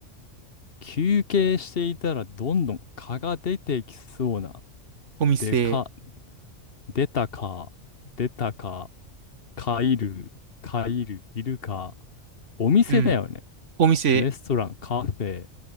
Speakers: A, on the left; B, on the right.
A: 休憩していたらどんどん蚊が出てきそうな。
B: お店。
A: でか、出たか、出たか、蚊いる、蚊いる、いるか。お店だよね。
B: うん。お店。
A: レストラン、カフェ、